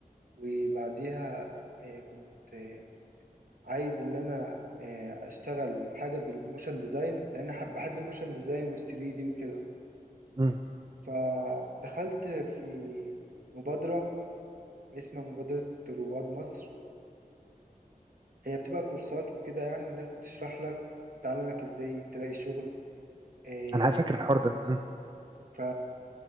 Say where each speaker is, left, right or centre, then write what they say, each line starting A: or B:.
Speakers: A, on the right (about 70°); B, on the right (about 30°).
A: وبعديها آه، كنت آه، عايز اللي أنا آه، أشتغل حاجة بالموشن ديزاين لأن حب- بحب الموشن ديزاين والثري دي وكده
B: إمم،
A: فدخلت في مبادرة اسمها مبادرة رواد مصر هي بتبقى كورسات وكده يعني الناس بتشرح لك تعلمك ازاي تلاقي شغل إيه
B: أنا فاكر الحوار ده، إمم،
A: ف...